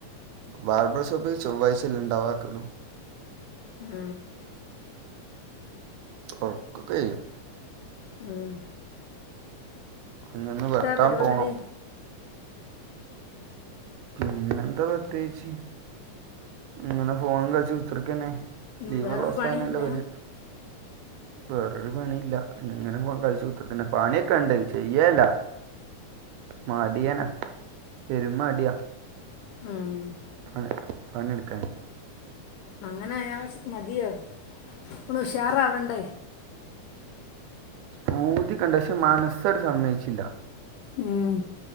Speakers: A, on the right; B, on the left.
A: ബാർബർഷോപ്പ് ചൊവ്വായ്ചെല്ലെഇണ്ടാവാക്ള്ളു
B: ഉം
A: ഓർക്കൊകെയും
B: ആഹ്
A: ഇഞ്ഞൊന്ന് വെട്ടാൻപോണം
B: പരിപാടി
A: പിന്നെന്താ പ്രത്യേകിച്ച് ഇങ്ങനെഫോണുംകളിച്ചു കുത്തിർക്കന്നെ
B: ഉം
A: ലീവ്ള്ളസം
B: വേറൊരു പണിയുല്ല
A: ങ്ങനല്ലേവെര വേറൊരു പണിയില്ല ഇങ്ങനെ ഫോൺകളിച് ത് പിന്നെ പണിയൊക്കെണ്ട് ചെയ്യല്ല മാടിയനാ പെരുമ്മടിയാ
B: ഉം
A: ആഹ് പണിട്ക്കാന്
B: അങ്ങനെയാമതിയോ ഒന്നുഷാറാവണ്ടേ
A: പൂതിയൊകണ്ട്പഷേ മനസാണ്ട് സമ്മയിച്ചില്ല
B: ഉം